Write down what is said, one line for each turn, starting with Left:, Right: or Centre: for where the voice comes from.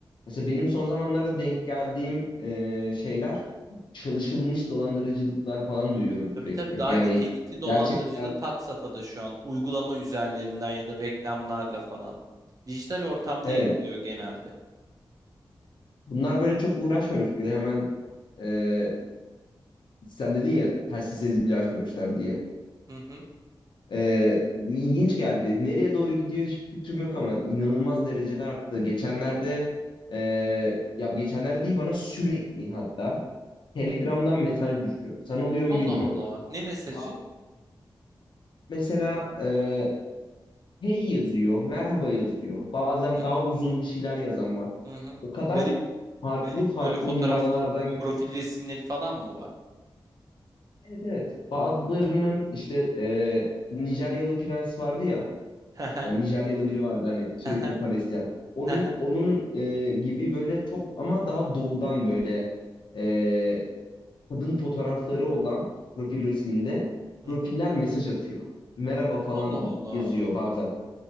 Left: mesela benim son zamanlarda denk geldiğim e, şeyler çalışılmış dolandırıcılıklar falan duyuyorum
Right: Tabii
Left: sürekli.
Right: tabii daha
Left: Yani
Right: nitelikli dolandırıcılık
Left: gerçekten
Right: had safhada şu an uygulama üzerlerinden ya da reklamlarla falan. Dijital ortamda
Left: evet.
Right: yapılıyor genelde.
Left: Bunlar böyle çok uğraşmamış bir de hemen e, sen dedin ya telsiz bile açmamışlar diye.
Right: Hı hı.
Left: Ee, ilginç geldi. Nereye doğru gidiyor hiçbir fikrim yok ama inanılmaz derecede arttı. Geçenlerde ee, ya geçenlerde değil bana sürekli hatta Telegram'dan mesaj düşüyor. Sana oluyor
Right: Allah
Left: mu bilmiyorum.
Right: Allah. Ne mesajı?
Left: Ba- Mesela e, hey yazıyor, merhaba yazıyor. Bazen
Right: Hı hı.
Left: daha uzun bir şeyler yazan var.
Right: Hı hı.
Left: O kadar
Right: Garip
Left: farklı
Right: Garip
Left: farklı
Right: böyle fotoğraf
Left: numaralardan gelip.
Right: profil resimleri falan mı var?
Left: Evet evet. Bazılarının işte e, Nijeryalı prens vardı ya.
Right: Hı hı,
Left: Yani Nijeryalı biri vardı hani sürekli
Right: hı hı,
Left: para isteyen. Onun
Right: hı hı,
Left: onun e, gibi böyle çok ama daha doğudan böyle e, kadın fotoğrafları olan profil resminde
Right: hı
Left: profiller
Right: hı.
Left: mesaj atıyor. Merhaba falan
Right: Allah Allah.
Left: yazıyor bazen.